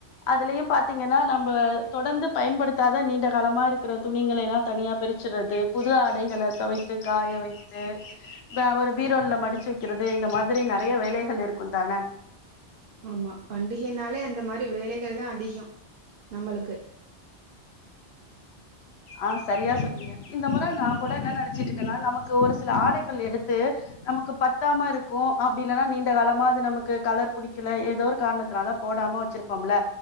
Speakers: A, on the left; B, on the right.
A: அதுலயு பாத்தீங்கன்னா நம்ம தொடர்ந்து பயன்படுத்தாத நீண்ட காலமா இருக்கறது துணிங்களைல்லா தனியா பிரிச்சுடுறது புது ஆடைகள துவைத்து காய வைத்து இத அவரு பீரோல்ல மடிச்சு வக்கிறது இந்த மாதிரி நறைய வேலைகள் இருக்கு தான
B: ஆமா பண்டிகைனாலே அந்த மாரி வேலைகள் தா அதிகோ நம்மளுக்கு
A: ஆ சரியா சொன்னீங்க இந்த முற நா கூட என்ன நனைச்சிட்டு இருக்கன்னா நமக்கு ஒரு சில ஆடைகள் எடுத்து நமக்கு பத்தாம இருக்கு அப்டி இல்லன்னா நீண்ட காலமா அது நமக்கு கலர் புடிக்கல ஏதோ ஒரு காரணத்துனால போடாம வச்சிருப்போம்ல